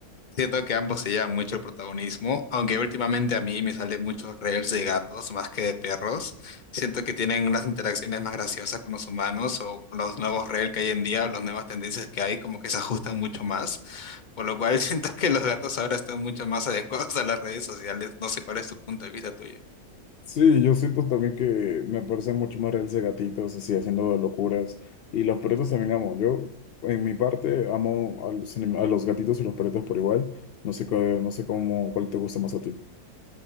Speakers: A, on the left; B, on the left.
A: Siento que ambos se llevan mucho el protagonismo, aunque últimamente a mí me salen muchos reels de gatos más que de perros. Siento que tienen unas interacciones más graciosas con los humanos o con los nuevos reels que hay en día, o las nuevas tendencias que hay, como que se ajustan mucho más. Por lo cual <laughs> siento que los gatos ahora están mucho más adecuados a las redes sociales. No sé cuál es tu punto de vista tuyo.
B: Sí, yo siento también que me parecen mucho más reales de gatitos, así, haciendo locuras. Y los perritos también amo. Yo, en mi parte, amo a los, anim- a los gatitos y los perritos por igual. No sé, cuál- no sé cómo, cuál te gusta más a ti.